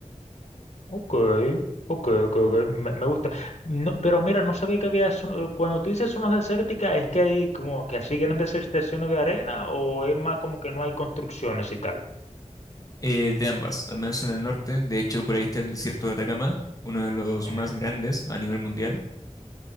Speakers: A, on the left (about 55°); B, on the left (about 25°).
A: Ok, ok, ok, ok, me, me gusta. No, pero mira, no sabía que había, zo- cuando tú dices zonas desérticas, ¿es que hay como que así grandes extensiones de arena o es más como que no hay construcciones y tal?
B: Eh, de ambas, al menos en el norte, de hecho por ahí está el desierto de Atacama, uno de los
A: Ujú.
B: más grandes a nivel mundial.